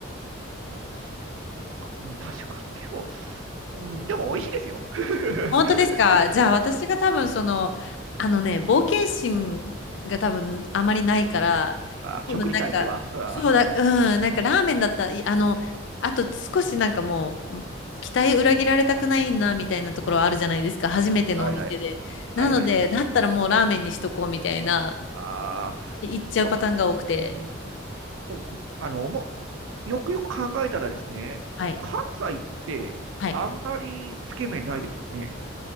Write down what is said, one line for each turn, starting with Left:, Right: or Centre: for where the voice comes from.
Right: もうなんか、うん、確かに、でも、うん、でも美味しいですよ。<laughs>
Left: 本当ですかじゃあ私が多分その、
Right: うん、
Left: あのね、冒険心が多分あまりないから、
Right: <laughs> あ、食に対しては。
Left: 多分なんか、
Right: あー、
Left: そうだ、うん、なんかラーメンだった、
Right: うん
Left: いあの、あと少しなんかもう、ん期待裏切られたくないなみたいなところあるじゃないですか、
Right: あ
Left: 初めてのお店で。
Right: ーはいはい。はいはいはい。
Left: なので、だったらもうラーメンにしとこうみたいな、
Right: ああ、
Left: で行っちゃうパターンが多くて。
Right: でも、うんおあの、おも、よくよく考えたらですね、
Left: はい。
Right: 関西ってあんまりつけ麺ないですよね。
Left: はい。